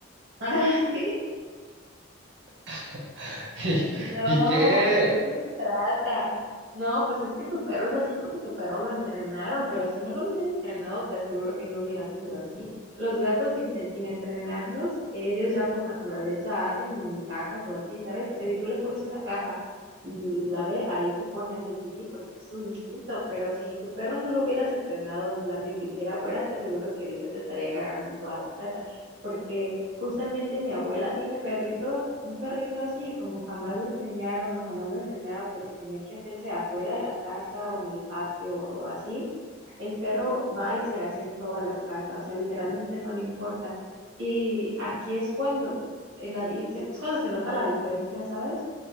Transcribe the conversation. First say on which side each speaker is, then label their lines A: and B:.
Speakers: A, on the right; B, on the right.
A: Ah, sí.
B: <laughs> ¿Y,
A: No,
B: y qué?
A: de eso no se trata. No, pues es que tu perro es así porque tu perro lo entrenaron, pero si no lo hubieran entrenado, te aseguro que no hubiera sido así. Los gatos sin, se- sin entrenarlos, ellos ya por naturaleza hacen en cajas o así, ¿sabes? O sea, si tú le pones una caja y la ve, ahí se pone a hacer pipí porque es su instinto, pero si tu perro no lo hubieras entrenado en plan de que hiciera fuera, te aseguro que ahorita te estaría cagando en toda la casa, porque Justamente mi abuela tiene perrito, un perrito así, como jamás lo enseñaron o jamás lo entrenaron, de que tenía que hacerse afuera de la casa o en el patio o así, el perro va y se hace en toda la casa, o sea, literalmente no le importa. Y aquí es cuando, en la di- se- es cuando se nota la diferencia, ¿sabes?